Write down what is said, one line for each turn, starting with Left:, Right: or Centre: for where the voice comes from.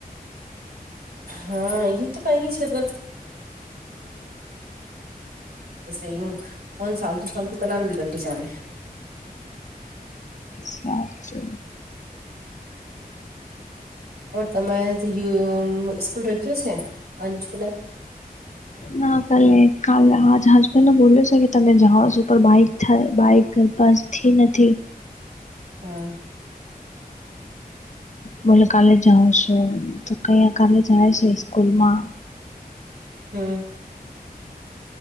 Right: હા, એવુ તો કહી નય છે પણ <unintelligible> કોણ સાલતુ સાલતુ કે નાન બગતી <unintelligible>
Left: સારુ છે
Right: ઓર તમે <unintelligible> સ્કૂલ રખ્યો છે અંશુને
Left: ના કલે કાલલે આજ હસબન્ડે બોલ્યો છે કે તમે જહાજ ઉપર બાઈક થાય બાઈક બસથી નથી
Right: હા
Left: બોલે કાલે જાઓ છો તો કયા કાલે જાય છે સ્કુલમાં
Right: હમ્મ